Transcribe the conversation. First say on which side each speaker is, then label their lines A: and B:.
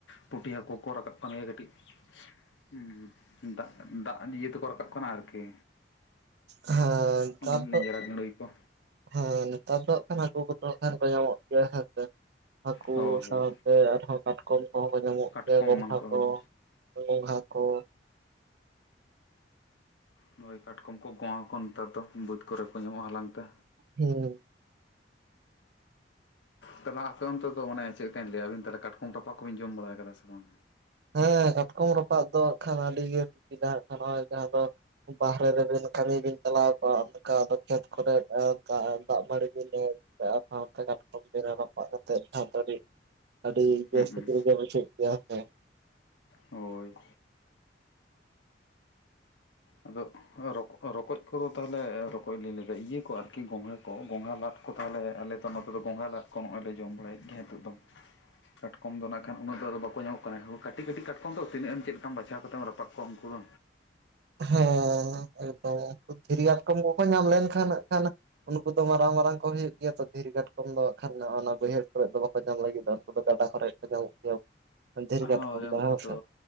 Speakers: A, on the left (about 80°); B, on the right (about 60°).
A: ᱯᱩᱴᱷᱤ ᱦᱟᱹᱠᱳ ᱠᱚ ᱨᱟᱠᱟᱵ ᱠᱟᱱ ᱜᱮᱭᱟ ᱠᱟᱹᱴᱤᱡ ᱦᱩᱸ ᱦᱩᱸ ᱫᱟᱜ ᱫᱟᱜ ᱤᱭᱟᱹ ᱛᱮ ᱠᱚ ᱨᱟᱠᱟᱵᱽ ᱠᱟᱱᱟ ᱟᱨᱹᱠᱤ
B: ᱦᱮᱸ ᱱᱮᱛᱟᱨ
A: ᱞᱮᱸᱡᱽᱨᱟ
B: ᱫᱚ
A: ᱜᱟᱹᱲᱟᱹᱭ ᱠᱚ᱾
B: ᱦᱮᱸ ᱱᱮᱛᱟᱨ ᱫᱚ ᱦᱟᱸᱜ ᱠᱷᱟᱱ ᱦᱟᱹᱠᱳ ᱠᱚ ᱫᱚ ᱦᱟᱸᱜ ᱠᱷᱟᱱ ᱠᱚ ᱧᱟᱢᱚᱜ ᱜᱮᱭᱟ ᱦᱮᱸ ᱥᱮ ᱦᱟᱹᱠᱩ
A: ᱦᱳᱭ ᱦᱳᱭ
B: ᱥᱟᱣ ᱛᱮ ᱟᱨ ᱦᱚᱸ ᱠᱟᱴᱠᱚᱢ ᱠᱚ ᱦᱚᱸ ᱧᱟᱢᱚᱜ
A: ᱠᱟᱴᱠᱚᱢ
B: ᱜᱮᱭᱟ ᱜᱚᱸᱝᱜᱷᱟ
A: ᱮᱢᱟᱱ
B: ᱠᱚ
A: ᱦᱳᱭ
B: ᱜᱚᱸᱝᱜᱷᱟ ᱠᱚ᱾
A: ᱱᱚᱸᱜ-ᱚᱭ ᱠᱟᱴᱠᱚᱢ ᱠᱚ ᱜᱚᱸᱜᱷᱟ ᱠᱚ ᱱᱮᱛᱟᱨ ᱫᱚ ᱵᱟᱹᱫᱽ ᱠᱚ ᱨᱮ ᱠᱚ ᱧᱟᱢᱚᱜ-ᱟ ᱦᱟᱞᱟᱝ ᱛᱮ᱾
B: ᱦᱮᱸ᱾
A: ᱛᱟᱦᱚᱸᱞᱮ ᱦᱟᱸᱜ ᱟᱯᱮ ᱚᱱᱛᱮ ᱫᱚ ᱚᱱᱮ ᱪᱮᱫ ᱞᱮᱠᱟ ᱞᱟᱹᱭ-ᱟ ᱟᱹᱵᱤᱱ ᱛᱟᱦᱚᱸᱞᱮ ᱠᱟᱴᱠᱚᱢ ᱨᱟᱯᱟᱜ ᱠᱚ ᱵᱤᱱ ᱡᱚᱢ ᱵᱟᱲᱟ ᱠᱟᱫᱟ ᱥᱮ ᱵᱟᱝ?
B: ᱦᱮᱸ ᱠᱟᱴᱠᱚᱢ ᱨᱟᱯᱟᱜ ᱫᱚ ᱦᱟᱸᱜ ᱠᱷᱟᱱ ᱟᱹᱰᱤ ᱜᱮ ᱥᱤᱵᱤᱞᱟ᱾ ᱦᱟᱸᱜ ᱠᱷᱟᱱ ᱱᱚᱸᱜ-ᱚᱭ ᱡᱟᱸᱦᱟ ᱫᱚ ᱵᱟᱦᱨᱮ ᱨᱮ ᱵᱤᱱ ᱠᱟᱹᱢᱤ ᱵᱤᱱ ᱪᱟᱞᱟᱣ ᱠᱚᱜ-ᱟ ᱚᱱᱠᱟ ᱫᱚ ᱠᱷᱮᱛ ᱠᱚ ᱨᱮᱫ ᱫᱟᱜ ᱫᱟᱜ ᱢᱟᱹᱲᱤ ᱠᱚᱫᱚ ᱟᱨ ᱥᱟᱣ ᱛᱮ ᱠᱟᱴᱠᱚᱢ ᱵᱤᱱ ᱨᱟᱯᱟᱜ ᱠᱟᱛᱮᱜ ᱦᱟᱸᱜ ᱠᱟᱹᱴᱤᱡ ᱟᱹᱰᱤ ᱵᱮᱥ
A: ᱦᱩᱸ
B: ᱥᱤᱵᱤᱞ ᱜᱮ ᱵᱩᱡᱷᱟᱹᱜ ᱜᱮᱭᱟ ᱦᱮᱸ᱾
A: ᱦᱳᱭ᱾ ᱟᱫᱚ ᱨᱚᱠ ᱨᱚᱠᱚᱡ ᱠᱚ ᱫᱚ ᱛᱟᱦᱚᱸᱞᱮ ᱨᱚᱠᱚᱡ ᱞᱤᱧ ᱞᱟᱹᱭ ᱫᱟ ᱤᱭᱟᱹ ᱠᱚ ᱟᱨ ᱠᱤ ᱜᱚᱸᱝᱜᱷᱟ ᱠᱚ ᱜᱚᱸᱝᱜᱷᱟ ᱞᱟᱫ ᱠᱚ ᱛᱟᱦᱚᱸᱞᱮ ᱟᱞᱮ ᱫᱚ ᱱᱚᱛᱮ ᱫᱚ ᱜᱚᱸᱝᱜᱷᱟ ᱞᱟᱫ ᱠᱚ ᱦᱚᱸᱜ-ᱚᱭ ᱞᱮ ᱡᱚᱢ ᱵᱟᱲᱟᱭ ᱮᱫ ᱜᱮᱭᱟ ᱦᱤᱛᱳᱜ ᱫᱚ᱾ ᱠᱟᱴᱠᱚᱢ ᱫᱚ ᱱᱟᱸᱜ ᱠᱷᱟᱱ ᱩᱱᱟᱹᱜ ᱫᱚ ᱟᱫᱚ ᱵᱟᱠᱚ ᱧᱟᱢ ᱚᱜ ᱠᱟᱱᱟ᱾ ᱠᱟᱹᱴᱤᱡ ᱠᱟᱹᱴᱤᱡ ᱠᱟᱴᱠᱚᱢ ᱫᱚ ᱛᱤᱱᱟᱹᱜ ᱮᱢ ᱪᱮᱫ ᱞᱮᱠᱟᱢ ᱵᱟᱪᱷᱟᱣ ᱠᱟᱛᱮᱜ ᱮᱢ ᱨᱟᱯᱟᱜ ᱠᱚᱣᱟ ᱩᱱᱠᱩ ᱫᱚ᱾
B: ᱦᱮᱸ ᱮᱠᱫᱚᱢ ᱮᱠᱫᱚᱢ ᱫᱷᱤᱨᱤ ᱠᱟᱴᱠᱚᱢ ᱠᱚ ᱠᱚ ᱧᱟᱢ ᱞᱮᱱ ᱠᱷᱟᱱ ᱦᱟᱸᱜ ᱠᱷᱟᱱ ᱩᱱᱠᱩ ᱫᱚ ᱢᱟᱨᱟᱝ ᱢᱟᱨᱟᱝ ᱠᱚ ᱦᱳᱭᱳᱜ ᱜᱮᱭᱟ ᱛᱚ ᱫᱷᱤᱨ ᱠᱟᱴᱠᱚᱢ ᱫᱚ ᱦᱟᱸᱜ ᱠᱷᱟᱱ ᱚᱱᱟ ᱵᱟᱹᱭᱦᱟᱹᱲ ᱠᱚᱨᱮ ᱫᱚ ᱵᱟᱠᱚ ᱧᱟᱢ ᱞᱟᱹᱜᱤᱫ-ᱟ, ᱩᱱᱠᱩ ᱫᱚ ᱜᱟᱰᱟ ᱠᱚᱨᱮ ᱧᱟᱢᱚᱜ ᱜᱮᱭᱟ᱾ ᱫᱷᱤᱨᱤ ᱠᱟᱴᱠᱚᱢ
A: ᱦᱳᱭ ᱩᱱᱠᱩ
B: ᱦᱮᱸ
A: ᱫᱚ
B: ᱥᱮ